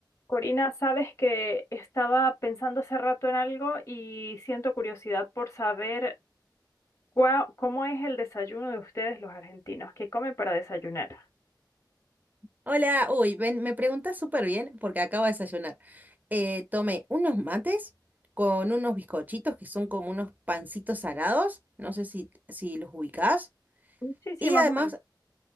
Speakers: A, on the left (about 40°); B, on the right (about 20°).
A: Corina, sabes que estaba pensando hace rato en algo y siento curiosidad por saber cuá- cómo es el desayuno de ustedes los argentinos, qué comen para desayunar.
B: Hola, uy, ven, me preguntas súper bien porque acabo de desayunar. Eh, tomé unos mates con unos bizcochitos que son como unos pancitos salados, no sé si, si los ubicás,
A: Sí, sí,
B: y
A: más
B: además
A: o menos.